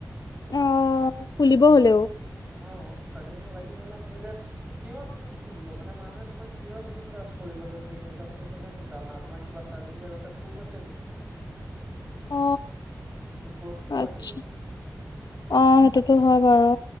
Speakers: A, on the left (about 75°); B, on the right (about 20°).
A: অ', খুলিব হ'লেও
B: অ চাৰ্টিফিকেট খন লাগিবই ন তুমি এতিয়া কিহৰ বেছত খুলিবা মানে মানুহে তোমাক কিহৰ বেছত ট্ৰাছ কৰিব যে তুমি মেকআপৰ কামবোৰ জানা তোমাৰ কিবা চাৰ্টিফিকেট আছে প্ৰুফ আছে কিবা।
A: অ
B: ত প্ৰুফটো
A: আচছা
B: লাগিব অ
A: অ সেইটোতো হয় বাৰু